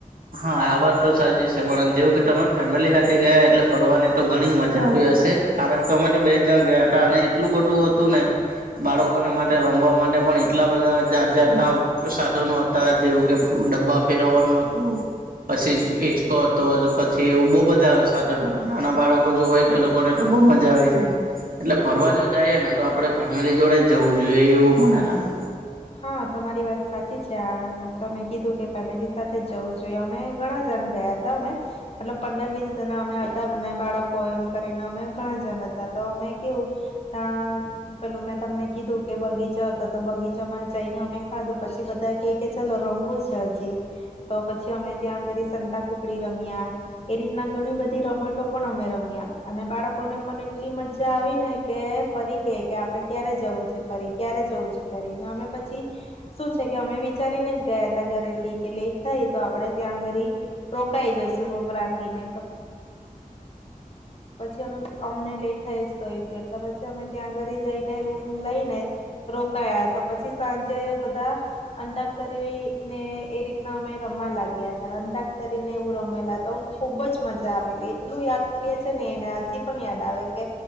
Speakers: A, on the right (about 80°); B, on the left (about 45°).
A: હા આ વાત તો સાચી છે. પણ જેવું કે તમે ફેમિલી સાથે ગયા, એટલે ફરવાની તો ઘણી જ મજા આવી હશે કારણ કે, અમે તો બે જ જણ ગયા હતા અને એટલું બધું હતું ને, બાળકોને માટે રમવા માટે પણ એટલા બધા જાત જાતના સાધનો હતા. જેવું કે ડબ્બા ફેરવવાનું હતું. પછી હિચકો હતો. પછી એવું બહુ બધા સાધનો હતા. નાના બાળકો જો હોય તો એ લોકોને તો બહ મજા આવી જાય. એટલે ફરવા જો જઈએ ને તો આપડે, ફેમિલી જોડે જ જઉ જો એવું મને લાગે.
B: હા તમારી વાત સાચી છે આ એમ તમે કીધું કે ફેમિલી સાથે જવું જોઈએ અમે ઘણા જણ ગયા હતા અમે મતલબ પંદર વીસ જણા અમે હતા બને બાળકો એમ કરીને અમે ઘણા જણ હતા તો અમે કેવું ત્યાં પેલું મેં તમને કીધું કે બગીચ તો તો બગીચામાં જઈને અમે ખાધું પછી બધા ક કે ચાલ રમવું છે હજી તો પછી અમે ત્યાં આગળ સંતાકુકડી રમ્યા એ રીતના ઘણી બધી રમતો પણ અમે રમ્યા અને બાળકોને પણ એટલી મજા આવીને કે ફરી કે કે આપડે ક્યારે જવું છે ફરી ક્યારે જવું છે ફરીને અમે પછી શું છે કે અમે વિચારીને જ ગયાતા ઘરેથી કે લેટ થાય તો આપણે ત્યાં ઘરી રોકાઈ જશું. રૂમ રાખીને તો પછી અમે અમને લેટ થઈ જ ગયું તું એટલે પછી અમે ત્યાં ઘરી જઈને રૂમ લઈને રોકાયા તો પછી સાંજે બધા અંતાક્ક્ષરીને એ રીતના અમે રમવા લાગ્યા તા. અંતાક્ક્ષરીને એવું રમેલા તો ખુબ જ મજા આવેલી. એટલું યાદ કરીએ છે ને એને હજી પણ યાદ આવે કે